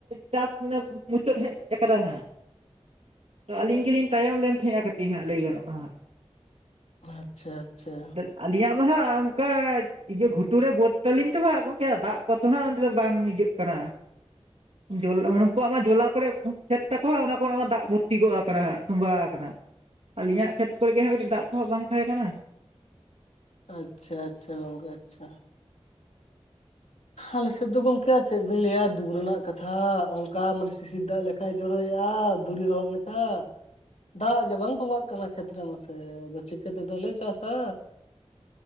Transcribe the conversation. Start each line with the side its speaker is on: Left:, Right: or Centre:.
Right: ᱪᱟᱥ ᱢᱟᱱᱮ ᱢᱩᱪᱟᱹᱫ ᱦᱮᱡ ᱠᱟᱱᱟ ᱦᱟᱜ ᱛᱚ ᱟᱹᱞᱤᱧ ᱜᱮᱞᱤᱧ ᱛᱟᱭᱚᱢ ᱞᱮᱱ ᱛᱟᱦᱮᱸᱜᱼᱟ ᱠᱟᱹᱴᱤᱡ ᱦᱟᱸᱜ ᱞᱟᱹᱭ ᱜᱟᱱᱚᱜᱼᱟ ᱦᱟᱸᱜ
Left: ᱟᱪᱪᱷᱟ ᱟᱪᱪᱷᱟ
Right: ᱟᱹᱞᱤᱧᱟᱜ ᱢᱟ ᱦᱟᱸᱜ ᱚᱱᱠᱟ ᱤᱭᱟᱹ ᱜᱷᱩᱴᱩᱨᱮ ᱵᱟᱹᱛ ᱛᱟᱞᱤᱧ ᱛᱚᱦᱟᱸᱜ ᱜᱚᱢᱠᱮ ᱫᱟᱜ ᱯᱚᱛᱲᱚ ᱦᱟᱸᱜ ᱚᱸᱰᱮ ᱫᱚ ᱵᱟᱝ ᱦᱤᱡᱩᱜ ᱠᱟᱱᱟ ᱡᱚᱞᱟ ᱩᱱᱠᱩ ᱟᱢᱟᱜ ᱡᱚᱞᱟ ᱠᱚᱨᱮ ᱠᱷᱮᱫ ᱛᱟᱠᱚᱣᱟ ᱛᱟᱠᱚ ᱦᱟᱜ ᱚᱱᱟ ᱠᱚᱨᱮ ᱢᱟ ᱫᱟᱜ ᱵᱷᱚᱨᱛᱤ ᱜᱚᱜ ᱟᱠᱟᱱᱟ ᱦᱟᱜ ᱛᱚᱸᱵᱟᱣ ᱟᱠᱟᱱᱟ ᱟᱹᱞᱤᱧᱟᱜ ᱠᱷᱮᱛ ᱠᱚᱨᱮ ᱜᱮᱦᱟᱜ ᱠᱟᱹᱴᱤᱡ ᱫᱟᱜ ᱠᱚᱦᱚᱸ ᱵᱟᱝ ᱛᱟᱦᱮᱸ ᱠᱟᱱᱟ
Left: ᱟᱪᱪᱷᱟ ᱟᱪᱪᱷᱟ ᱜᱚᱝᱠᱮ ᱟᱪᱪᱷᱟ ᱟᱞᱮᱥᱮᱫ ᱫᱚ ᱜᱚᱝᱠᱮ ᱪᱮᱫ ᱵᱤᱱ ᱞᱟᱹᱭᱟ ᱫᱩᱠ ᱨᱮᱱᱟᱜ ᱠᱟᱛᱷᱟ ᱚᱝᱠᱟ ᱢᱟᱱᱮ ᱥᱤᱥᱤᱨ ᱫᱟᱜ ᱞᱮᱠᱟ ᱠᱟᱭ ᱡᱚᱨᱚᱭᱮᱜᱼᱟ ᱫᱷᱩᱲᱤ ᱨᱚᱦᱚᱫ ᱞᱮᱠᱟ ᱫᱟᱜ ᱜᱮ ᱵᱟᱝ ᱛᱚᱵᱟᱜ ᱠᱟᱱᱟ ᱠᱷᱮᱛ ᱨᱮ ᱢᱟᱥᱮ ᱟᱫᱚ ᱪᱤᱠᱟᱹ ᱛᱮᱫᱚᱞᱮ ᱪᱟᱥᱟ